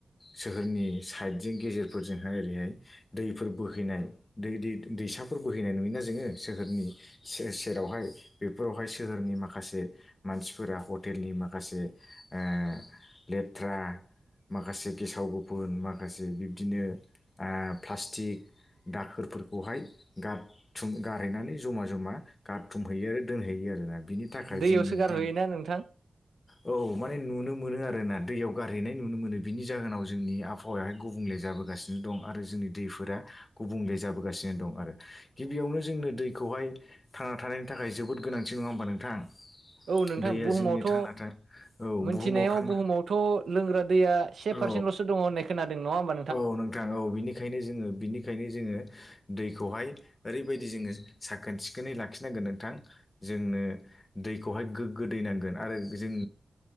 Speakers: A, on the left; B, on the right.
A: सोहोरनि साइडजों गेजेर फोरजोंहाय ओरैहाय दैफोर बोहैनाय दै दैसाफोर बोहैनाय नुयोना जोङो सोहोरनि सेरावहाय बेफोरावहाय सोहोरनि माखासे मानसिफोरा हटेलनि माखासे ए लेथ्रा माखासे गेसाव गोफुन माखासे बिब्दिनो प्लास्टिक दाखोरफोरखौहाय गारथुम गारहैनानै जमा जमा गारथुमहैयो आरो दोनहैयो आरोना बिनि थाखाय
B: दैयावसो
A: जोंनि
B: गारहैयोना
A: दै
B: नोंथां
A: औ माने नुनो मोनो आ रोना दैयाव गारहैनाय नुनो मोनो बिनि जाहोनाव जोंनि आबहावायाहाय गुबुंले जाबोगासिनो दं आरो जोंनि दै फोर गुबुंले जाबोगासिनो दं आरो गिबियावनो जोंनो दैखौहाय थांना थानायनि थाखाय जोबोद गोनांथि नङा होमबा नोंथां
B: औ नोंथां
A: दैया
B: बुहुमावथ'
A: जोंनि थांनाथाय औ
B: मोनथिनायाव
A: बुहुमाव थांना
B: बुहुमावथ' लोंग्रा दैया से पारसेन्टल'सो
A: औ
B: दङ होननाय खोनादों नङा होमबा
A: औ नोंथां औ बिनिखायनो जोङो बिनिखायनो जोङो दैखौहाय ओरैबायदि जोङो साखोन सिखोनै लाखिनांगोन नोंथां जोंनो दै हाय गोगो दै नांगोन जोङ